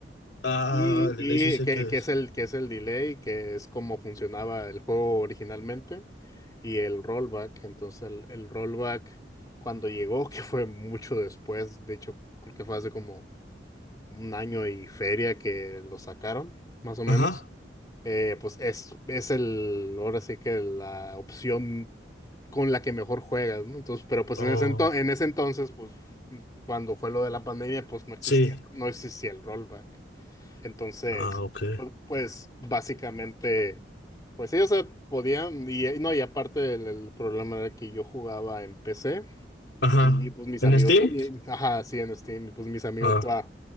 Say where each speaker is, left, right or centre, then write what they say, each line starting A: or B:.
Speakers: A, on the left; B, on the left.
A: ah,
B: y,
A: el delay
B: y
A: sí sé
B: que,
A: qué
B: que
A: es.
B: es el, que es el delay, que es como funcionaba el juego originalmente, y el rollback. Entonces el, el rollback cuando llegó, <laughs> que fue mucho después, de hecho creo que fue hace como un año y feria que lo sacaron, más o menos
A: Ajá.
B: eh, pues es, es el, ahora sí que la opción con la que mejor juegas, ¿no? Entonces, pero pues
A: Oh,
B: en ese ento- en ese entonces, pues cuando fue lo de la pandemia, pues no existía,
A: sí.
B: no existía el rollback. Entonces,
A: Ah, ok.
B: pu- pues básicamente, pues sí, o sea, podían, y eh, no, y aparte el, el problema era que yo jugaba en PC
A: Ajá.
B: y pues mis
A: ¿En
B: amigos,
A: Steam?
B: ju- y- ajá, sí, en Steam, y pues mis amigos
A: Ah,
B: jugaban,